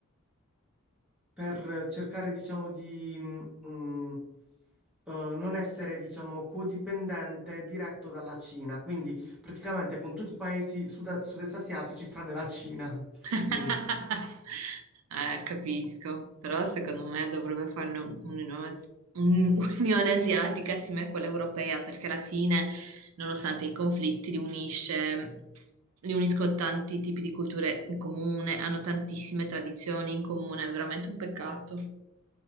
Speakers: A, in the centre; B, on the right.
A: per cercare, diciamo, di mh, mh, eh, non essere, diciamo, codipendente diretto dalla Cina, quindi praticamente con tutti i paesi sud- sud-est asiatici tranne la Cina. <laughs>
B: <laughs>
A: Quindi,
B: Eh, capisco, però secondo me dovrebbe farne un- un'unione as- un- un'unione asiatica simile a quella europea, perché alla fine, nonostante i conflitti, li unisce, li uniscono tanti tipi di culture in comune, hanno tantissime tradizioni in comune, è veramente un peccato.